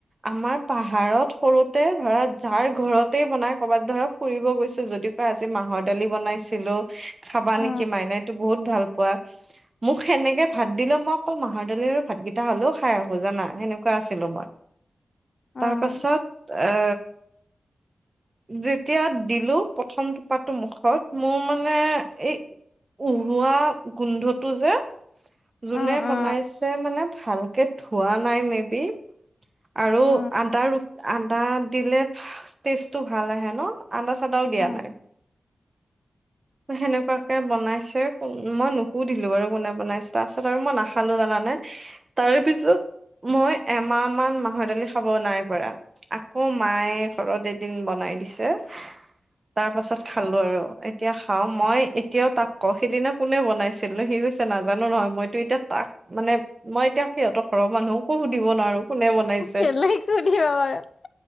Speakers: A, on the right; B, on the left.
A: আমাৰ পাহাৰত সৰুতে ধৰা যাৰ ঘৰতেই বনাই কৰ'বাত ধৰা ফুৰিব গৈছো যদি কয় আজি মাহৰ দালি বনাইছিলো। খাবা
B: অ
A: নেকি মাইনাইতটো বহুত ভাল পোৱা। মোক সেনেকে ভাত দিলেও মই অকল মাহৰ দালিৰ ভাতকেইটা হ'লেও খাই আহো জানা সেনেকুৱা আছিলো মই। তাৰপাছত
B: অ অ
A: এ যেতিয়া দিলো প্ৰথম টোপাতটো মুখত মোৰ মানে এই উহোৱা গোন্ধটো যে যোনে
B: অ
A: বনাইছে
B: অ
A: মানে ভালকে ধোৱা নাই মে বি আৰু
B: অ
A: আদা আদা দিলে ষ্টেটো ভাল আহে ন। আদা চাদাও দিয়া
B: অ
A: নাই। সেনেকুৱাকে বনাইছে ক মই নুপুধিলো বাৰু কোনে বনাইছে তাৰপাছত আৰু মই নাখালো জানানে। তাৰ পিছত মই এমাহ মান মাহৰ দালি খাব নাই পৰা। আকৌ মায়ে ঘৰত এদিন বনাই দিছে। তাৰ পাছত খালো আৰু এতিয়া খাও মই এতিয়াও তাক কও সেইদিনা কোনে বনাইছিলো সি কৈছে নাজানো নহয় মইতো এতিয়া তাক মানে মই এতিয়া সিহঁতৰ ঘৰৰ মানুহকো সুধিব নোৱাৰো। কোনে বনাইছে
B: কেলেই সুধিব পাৰা। <unintelligible>